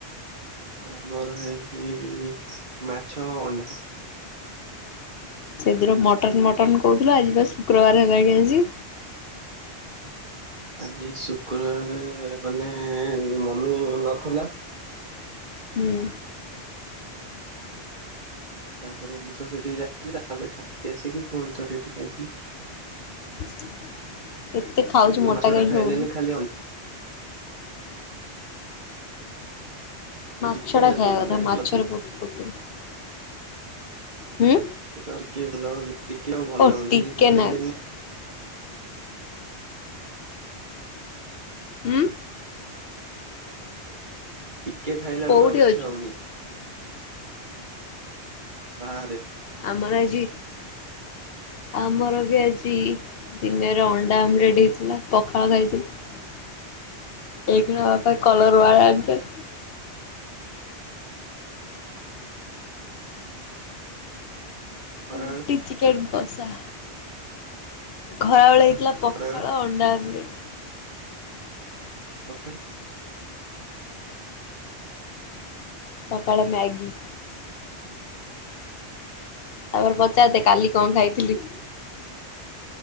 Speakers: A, on the right; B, on the left.
A: ଆମର ହେଇଛି ମାଛ ଅଣ୍ଡା
B: ସେଦିନ ମଟନ ମଟନ କହୁଥିଲୁ। ଆଜି ବା ଶୁକ୍ରବାର ହେଲା କି ଆଜି।
A: ଆଜି ଶୁକ୍ରବାରରେ ମାନେ ମମି ନଥିଲା।
B: ହୁଁ।
A: ତାପରେ ମୁଁ ତ ସେଠିକି ଯାଇଥିଲି। ତାପରେ ଖାଇକି ଆସିକି ପୁଣି ଥରେ ଏଇଠି ଖାଇଥିଲି।
B: ପ <unintelligible> ଏତେ ଖାଉଛିୁ
A: କିନ୍ତୁ
B: ମୋଟା
A: ମାଛ
B: କାହିଁକି
A: ଟା ଖାଇଲେନି
B: ହଉନୁ?
A: ଖାଲି ଅଣ୍ଡା
B: ମାଛ
A: ଟିକେ
B: ଟା
A: ନା
B: ଖାଇବା
A: କରୁ
B: କଥା
A: ନାଇଁ
B: ମାଛରେ
A: କି ଅଧିକ
B: ବହୁତ ପ୍ରୋଟିନ୍ ହୁଁ
A: ସେଟା ଟିକେଲନି ଟିକେ ଆଉ ଭଲ
B: ଓ
A: ଲାଗୁନି
B: ଟିକେ
A: ସେ ଯ ଦି
B: ନାଗୁରୁ
A: ତିନି ଦିନ
B: ଉଁୁ।
A: ଟିକେ ଖାଇଲା
B: କୋଉଠି
A: ବେଳକୁ ଆଉ ଇଚ୍ଛା
B: ଅଛୁ
A: ହଉନି। ବାହାରେ।
B: ଆମର ଆଜି ଆମର ବି ଆଜି ଦିନରେ ଅଣ୍ଡା ଆମଲେଟ୍ ହେଇଥିଲା ପଖାଳ ଖାଇଥିଲି। ଏଇକିନା ବାପା କଲର ବାଳ ଆଣିଥିବେ।
A: ଖରାବେଳେ
B: ରୁଟି ଚିକେନ। କଶା। ଖରାବେଳେ ଥିଲା ପଖାଳ
A: ଖରାବେଳେ
B: ଅଣ୍ଡା ଆମଲେଟ।
A: ଓକେ।
B: ପକାଳ ମ୍ୟାଗି। ତା ପରେ ପଚା ଦେ କାଲି କଣ ଖାଇଥିଲି?